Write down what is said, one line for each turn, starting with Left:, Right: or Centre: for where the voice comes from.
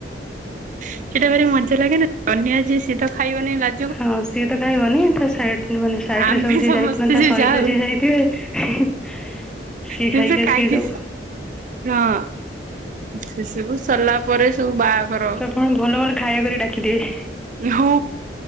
Right: ସେଇଟା ଭାରି ମଜା ଲାଗେନା କନ୍ୟା ଯିଏ ସିଏ ତ ଖାଇବନି ଲାଗ।
Centre: ହଁ ସିଏ ତ ଖାଇବନି ତା ସାଇଡ୍
Right: ଆମେ
Centre: ରେ ସବୁ ଯଏ
Right: ସମସ୍ତେ
Centre: ଯାଇଥିବେ ତା
Right: ଯୋଉ
Centre: ସହିତ
Right: ଯାଉ
Centre: ଯିଏ ଯାଇଥିବେ ସିଏ
Right: ସେ
Centre: ଖାଇକି
Right: ପୁରା
Centre: ଆସିବେ
Right: କାଇକି
Centre: ସବୁ।
Right: ହଁ ସେ ସବୁ ସରିଲା ପରେ ସବୁ ବାହାଘର।
Centre: ଆପଣ ଭଲ ଭଲ ଖାଇବା କରି ଡାକି ଦେବେ।
Right: ହଁ